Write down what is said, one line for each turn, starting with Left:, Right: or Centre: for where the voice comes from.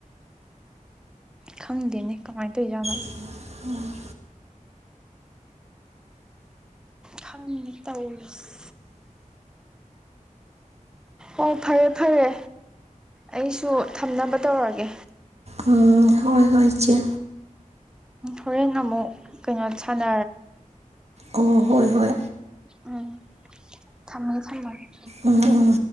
Centre: ꯈꯪꯗꯦꯅꯦ ꯀꯃꯥꯏꯅ ꯇꯧꯖꯥꯠꯅꯣ
Right: ꯎꯝ
Centre: ꯈꯪꯗꯦ ꯇꯧꯔꯤꯁꯦ ꯑꯣ ꯐꯔꯦ ꯐꯔꯦ ꯑꯩꯁꯨ ꯊꯝꯅꯕ ꯇꯧꯔꯒꯦ
Right: ꯎꯝ ꯍꯣꯏ ꯍꯣꯏ ꯆꯦ
Centre: ꯍꯣꯔꯦꯟ ꯑꯃꯨꯛ ꯀꯩꯅꯣ ꯁꯥꯟꯅ
Right: ꯑꯣ ꯍꯣꯏ ꯍꯣꯏ
Centre: ꯎꯝ ꯊꯝꯒꯦ ꯊꯝꯃꯒꯦ
Right: ꯎꯝ ꯎꯝ